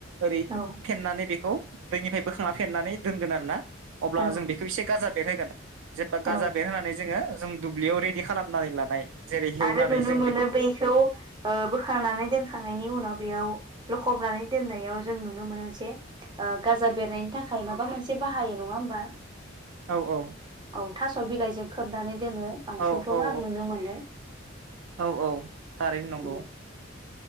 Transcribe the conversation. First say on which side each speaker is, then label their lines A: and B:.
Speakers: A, on the right; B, on the right.
A: ओरै
B: औ
A: फेन्नानै बेखौ दैनिफ्राय बोखांनानै फेन्नानै दोनगोन आरोना अब्ला
B: औ
A: जों बेखौ एसे गाजा बेर होगोन जेबा गाजा
B: औ
A: बेर होनानै जोङो जों दुब्लियाव रेडि खालामनानै लानाय जेरै हेवनानै
B: आरो नुनो
A: जों
B: मोनो बेखौ ओ बोखांनानै दोनखांनायनि उनाव बेयाव लखबनानै दोननायाव जों नुनो मोनो जे ओ गाजा बेरनायनि थाखाय माबा मोनसे बाहायो नङा होमबा
A: औ औ
B: औ थास' बिलाइजों खोबनानै दोनो बांसिनखौनो
A: औ औ
B: आं नुनो मोनो।
A: औ औ थारैनो
B: उम
A: नंगौ